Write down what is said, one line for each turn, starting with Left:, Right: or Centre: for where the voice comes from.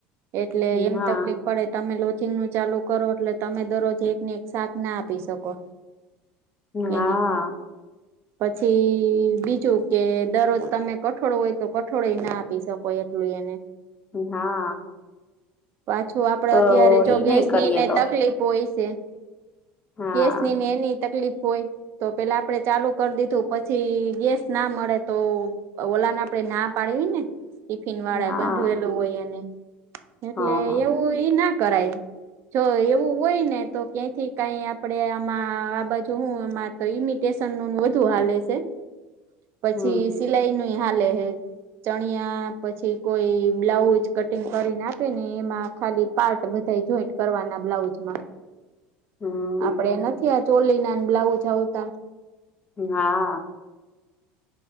Right: એટલે એમ
Left: હા
Right: તકલીફ પડે તમે લોજિંગનું ચાલુ કરો એટલે તમે દરરોજ એકને એક શાક ના આપી શકો
Left: હા
Right: એને પછી બી જુ કે દરરોજ તમે કઠોળ હોય તો કઠોળેય ના આપી શકો એટલું યેને
Left: હા
Right: પાછું આપડે
Left: તો
Right: અત્યારે જો
Left: ઈ
Right: ગેસની
Left: નહી કરીએ
Right: ને
Left: તો
Right: તકલીફ હોય સે
Left: હા
Right: ગેસની ને એની તકલીફ હોય તો પેલા આપડે ચાલુ કરી દીધું પછી ગેસ ના મળે તો ઓલાને આપડે ના પાડવી ને ટિફિન વાળાએ
Left: હા
Right: બંધવેલું હોય એને એટલે
Left: હા હા
Right: એવું ઈના કરાય જો એવું હોય ને તો ક્યાંથી કાંઈ આપણેે આમાં આ બાજુ હું એમાં તો ઇમિટેશનનું વધુ હાલે છે પછી
Left: હમ
Right: સિલાઈનું ય હાલે હે ચણિયા પછી કોઈ બ્લાઉજ કટિંગ કરીને આપે ને એમાં ખાલી પાર્ટ બધાય જોઈન્ટ કરવાના બ્લાઉઝમાં
Left: હમ
Right: આપડે નથી આ ચોલીના ન બ્લાઉજ આવતા
Left: હા